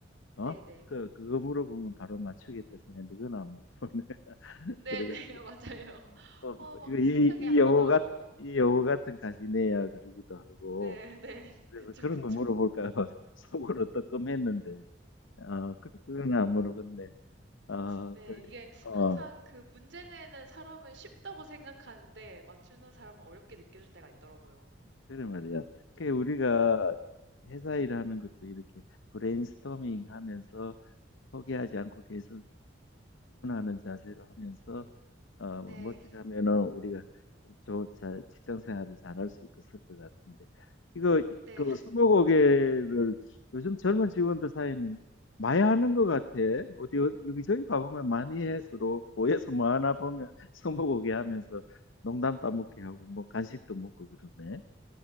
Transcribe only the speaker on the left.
어?
그 그거 물어보면 바로 맞추겠다 생각했는데 그건 안 물어보네 <laughs>
그래
어, 뭐
이거 이,
이
영어
같, 이 영어 같은 가시네야 그러기도 하고
그래서
그런
거 물어볼까 봐 <laughs> 속으로 뜨끔했는데 어, 그런 건안 물어봤네. 어,
그-
어,
그래 말이야. 그 우리가
회사 일하는 것도 이렇게 브레인스토밍 하면서 포기하지 않고 계속 질문하는 자세로 하면서 어,
멋지게 하면은 우리가 저 자, 직장 생활을 잘할 수 있고 그럴 것 같은데 이거
그 스무고개를 요즘 젊은 직원들 사이는 많이 하는 것 같아. 어디 어디- 여기저기 가보면 많이 해 서로 모여서 뭐 하나 보면 스무고개 하면서 농담 따먹기 하고 뭐 간식도 먹고 그러네.